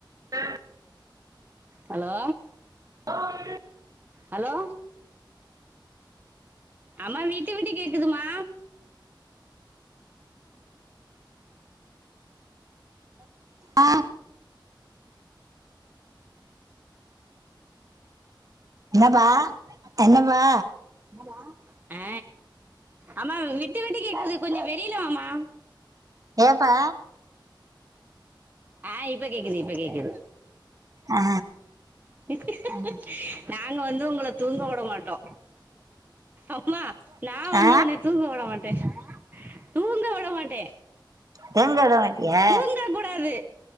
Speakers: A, on the right; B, on the right.
A: <unintelligible>
B: hello
A: <unintelligible>
B: hello அம்மா விட்டு விட்டு கேக்குதுமா
A: ஆ என்னப்பா என்னப்பா
B: என்னப்பா ஆ அம்மா விட்டு விட்டு கேக்குது கொஞ்சோ வெளில வா மா
A: ஏப்பா
B: ஆ இப்ப கேக்குது இப்ப கேக்குது
A: ஆ
B: <inaudible> நாங்க வந்து உங்கள தூங்க உட மாட்டோ அம்மா நா வந்து
A: ஆ
B: உன்னைய தூங்க உட மாட்டே தூங்க உட மாட் டே
A: தூங்க விட மாட்டியா
B: தூங்க கூடாது